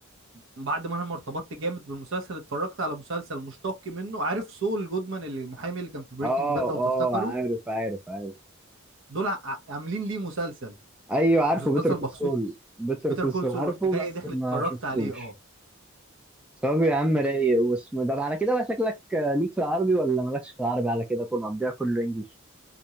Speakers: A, on the right (about 65°); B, in the centre.
A: بعد ما انا ما ارتبطت جامد بالمسلسل اتفرجت على مسلسل مشتق منه عارف سول جودمان اللي المحامي اللي كان في بريكنج
B: اه
A: باد لو تفتكروا
B: اه عارف عارف عارف
A: دول ع- عاملين ليه مسلسل
B: أيوه عارفه
A: مسلسل
B: بيتر كول
A: مخصوص
B: سول بيتر
A: بيتر
B: كول
A: كول
B: سول
A: سول
B: عارفه
A: رحت جاي
B: بس
A: داخل
B: ما
A: اتفرجت
B: شفتوش
A: عليه اه
B: طب يا عم رايق واسمه ده على كده بقى شكلك آه، ليك في العربي ولا مالكش في العربي على كده كله مضيع كله انجليش